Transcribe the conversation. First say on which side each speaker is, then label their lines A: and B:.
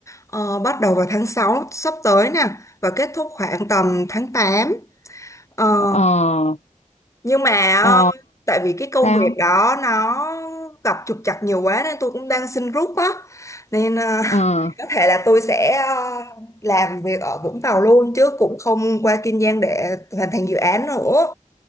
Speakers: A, on the left; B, on the left.
A: ờ, bắt đầu vào tháng 6 sắp tới nè và kết thúc khoảng tầm tháng tám Ờ,
B: Ờ, ờ,
A: nhưng mà
B: ờ,
A: ờ, tại vì cái công
B: sao?
A: việc đó nó gặp trục trặc nhiều quá nên tôi cũng đang xin rút á nên ờ,
B: Ờ,
A: có thể là tôi sẽ ờ, làm việc ở Vũng Tàu luôn chứ cũng không qua Kiên Giang để hoàn thành dự án nữa